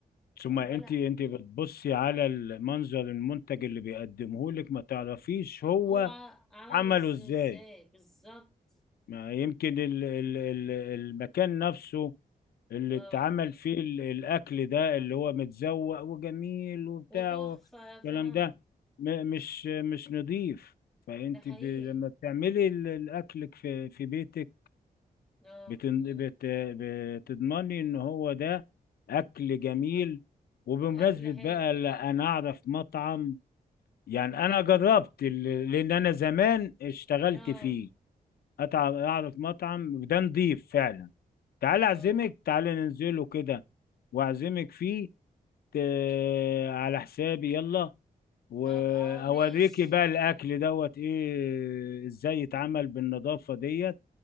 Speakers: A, on the left; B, in the centre.
A: ثم
B: فلو
A: انت
B: لا
A: انت بتبصي على المنظر المنتج اللي بيقدمه لك ما تعرفيش هو
B: هو عمله
A: عمله
B: إز-
A: ازاي
B: ازاي بالظبط
A: ما يمكن ال- ال- ال- المكان نفسه اللي
B: اه
A: اتعمل فيه ال- الأكل ده اللي هو متزوق وجميل وبتاع
B: وتحفة
A: والكلام
B: فاهمة
A: ده م- مش مش نظيف فأنت
B: ده حقيقي
A: ب... لما بتعملي ال- الأكل في في بيتك
B: اه
A: بتن... بت... بتضمني إن هو ده أكل جميل وبمناسبة
B: اكل حلو
A: بقى لا أنا أعرف مطعم يعني أنا جربت ال- لأن أنا زمان اشتغلت
B: اه
A: فيه اتعب اعرف مطعم ده نضيف فعلا تعال اعزمك
B: اه
A: تعال ننزله كده واعزمك فيه ت... على حسابي يلا واوريكي
B: طب اه ماشي
A: بقى الاكل دوت ايه ازاي يتعمل بالنظافة ديت